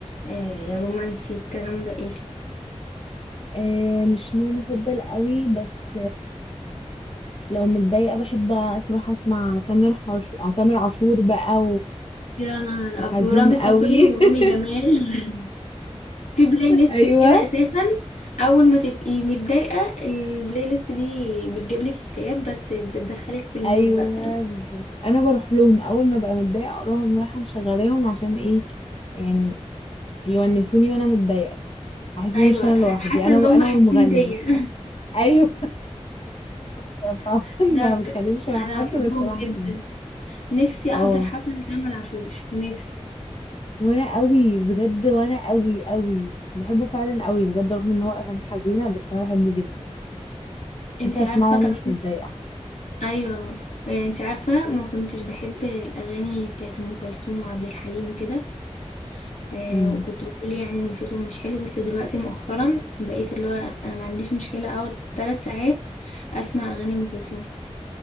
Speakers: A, on the left (about 85°); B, on the left (about 55°).
A: آه رومانسي الكلام ده ايه
B: آه مش نوع مفضل قوي بس لو متضايقة بحب أروح أسمع تامر حش... أو تامر عاشور بقى
A: يا نهار
B: وحزين
A: أب... ورامي
B: قوي
A: صبري ورامي
B: <laughs>
A: جمال <laughs> في بلاي ليست
B: أيوة
A: كده اساسا اول ما تبقي متضايقة البلاي ليست دي بتجيب لك اكتئاب بس بتدخلك في المود
B: أيوة
A: بقى
B: بالظبط أنا بروح لهم أول ما ببقى متضايقة أروح رايحة مشغلاهم عشان إيه يعني يونسوني وأنا متضايقة كده أحس
A: ايوه
B: إن مش أنا لوحدي
A: حاسة
B: أنا
A: ان
B: و...
A: هم
B: أنا
A: حاسين
B: والمغني
A: بيا
B: أيوة <laughs> طبعا
A: <laughs> لا
B: ما
A: بجد
B: بتكلمش مع
A: انا
B: حد
A: بحبهم
B: بس راح
A: جدا
B: أسمع
A: نفسي
B: اه
A: احضر حفلة لتامر عاشور نفسي
B: وأنا قوي بجد وأنا قوي قوي بحبه فعلا قوي بجد رغم إن هو أغاني حزينة بس أنا بحبه جدا
A: انتي
B: ممكن أسمعه
A: عارفة
B: وأنا
A: كمان
B: مش متضايقة
A: ايوه آه، انتي عارفة ما كنتش بحب الاغاني بتاعت ام كلثوم وعبد الحليم وكده آه
B: امم
A: وكنت بقول يعني ان صوتهم مش حلو بس دلوقتي مؤخرا بقيت اللي هو انا ما عنديش مشكلة اقعد ثلاث ساعات اسمع اغاني ام كلثوم